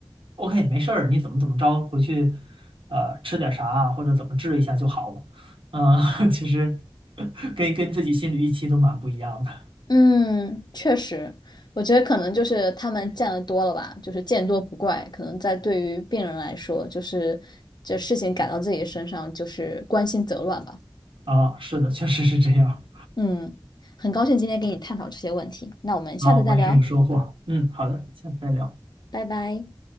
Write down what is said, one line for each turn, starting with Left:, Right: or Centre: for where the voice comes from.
Right: ，OK，没事儿，你怎么怎么着，回去，呃，吃点啥啊或者怎么治一下就好了。嗯，<laughs> 其实跟跟自己心里预期都蛮不一样的
Left: 嗯，确实，我觉得可能就是他们见得多了吧，就是见多不怪。可能在对于病人来说，就是这事情赶到自己身上，就是关心则乱吧。
Right: 啊，是的，确实是这样
Left: 嗯，很高兴今天跟你探讨这些问题，那我们下次再聊，
Right: 啊，我也很有收获。嗯，好的，下次再聊，
Left: 拜拜。